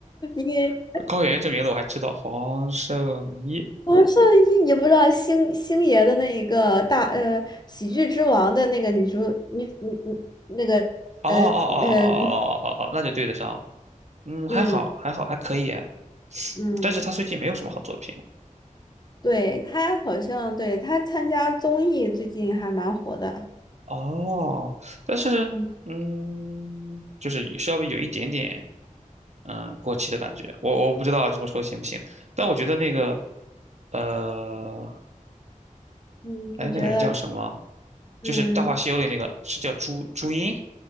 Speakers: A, on the left; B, on the right.
A: 你。
B: <laughs> 高圆圆这名字我还知道，黄圣依。
A: 王圣依，你不知道星星爷的那一个大呃喜剧之王的那个女主女女女那个
B: 哦哦哦哦哦哦哦，
A: 呃呃女
B: 哦那就对得上了。嗯，
A: 嗯
B: 还好，还好，还可以哎
A: 嗯，
B: 但是他最近没有什么好作品
A: 对，她好像对她参加综艺最近还蛮火的，
B: 哦。但是，
A: 嗯
B: 嗯，就是稍微有一点点，嗯，过气的感觉。我我不知道这么说行不行，但我觉得那个，呃，
A: 嗯，
B: 哎，
A: 你觉得
B: 那个人叫什么？就是《大话西游》里那个，
A: 嗯
B: 是叫朱朱茵，